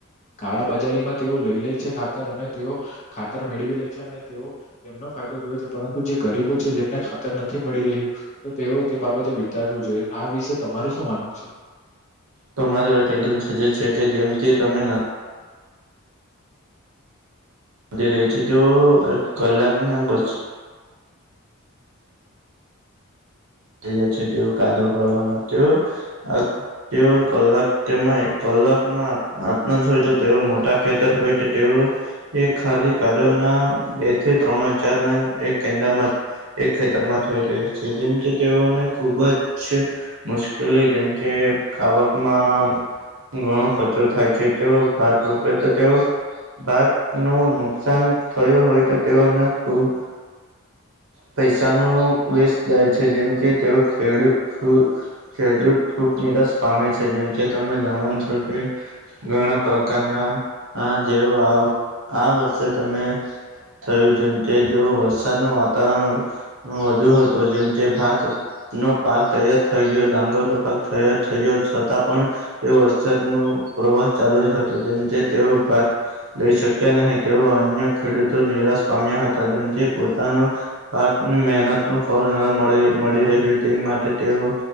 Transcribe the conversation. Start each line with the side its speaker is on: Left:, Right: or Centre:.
Left: કાળા- બજારીમાં તેઓ લઈ લે છે ખાતર, અને તેઓ ખાતર મેળવી લે છે, અને તેઓ એમનો ફાયદો જોવે છે, પરંતુ જે ગરીબો છે જેમને ખાતર નથી મળી રહ્યું. તો તેઓએ તે બાબતે વિચારવું જોઈએ, આ વિશે તમારું શું માનવું છે?
Right: તમારી વાત એકદમ સજેજ છે, કે જેમ કે તમે ના અડી રહે છે, તો કલાક ના બસો થયા છે, જેવો કાદવ પાડવાના તો આ તેઓ કલાક તેમાંય કલાકના હાથમાં જોયતો તેઓ મોટા ખેતર હોય તો તેઓ એ ખાલી કાદવ ના બે થી ત્રણ હજારના એક કેંદામત એક ખેતર માં થઈ રહી છે, જેમ કે તેઓને ખુબજ મુશ્કેલી જેમકે આવકમાં ઘણો ખર્ચો થાય છે, તેઓ ભાત રોપે તો તેઓ ભાત નું નુકસાન થયું હોયતો, તેઓને ખૂબ પૈસાનું પ્રેશ જાય છે, જેમકે તેઓ ખેડૂત ખેડૂત ખૂબ નિરાશ પામે છે, જેમકે તમે જાણો છો કે ઘણા પ્રકારના આ જેવો આવ, આ વર્ષે તમે થયું જેમકે જેવો વરસાદનું વાતાવરણ વધુ હતું જેમ કે ભાત નો પાક તૈયાર થઈ ગયો, ડાંગર નો પાક તૈયાર થઈ ગયો, છતાં પણ તેઓ વરસાદ નુ પ્રવાસ ચાલુ જ હતો જેમ તેઓ પાત લઈ શક્યા નહી તેઓ અન્ય ખેડૂતો નિરાશ પામ્યા હતા જેમ તે પોતાનું પાકની મહેનત નું ફળના મળ મળી રહ્યું તે માટે તેઓ